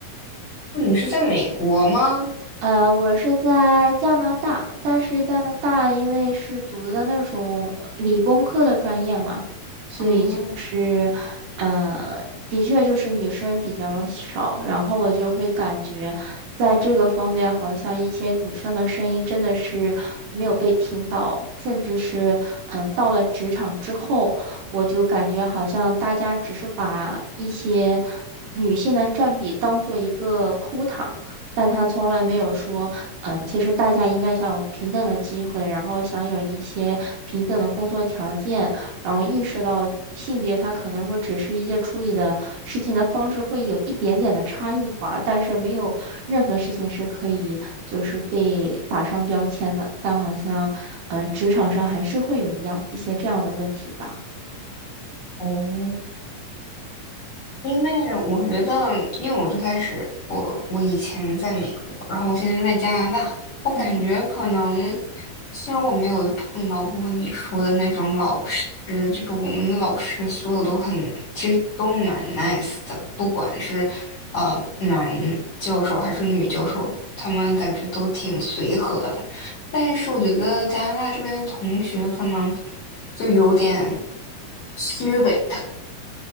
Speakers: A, on the left; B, on the right.
A: 那你是在美国吗？
B: 呃，我是在加拿大，但是加拿大因为是读的那种理工科的专业嘛，所以就是，
A: 嗯，
B: 嗯、的确就是女生比较少，然后我就会感觉，在这个方面，好像一些女生的声音真的是没有被听到，甚至是，嗯、到了职场之后，我就感觉好像大家只是把一些女性的占比当做一个 quota。但他从来没有说，嗯，其实大家应该享有平等的机会，然后享有一些平等的工作条件，然后意识到性别他可能说只是一些处理的事情的方式会有一点点的差异化，但是没有任何事情是可以就是被打上标签的。但好像，嗯，职场上还是会有一样一些这样的问题吧。
A: 哦，因为我觉得，因为我最开始，我我以前在美国，然后我现在在加拿大，我感觉可能，
B: 嗯。
A: 虽然我没有碰到过你说的那种老师，就是我们老师所有都很，其实都蛮 nice 的，不管是呃男教授还是女教授，他们感觉都挺随和的。但是我觉得加拿大这边的同学可能就有点虚伪。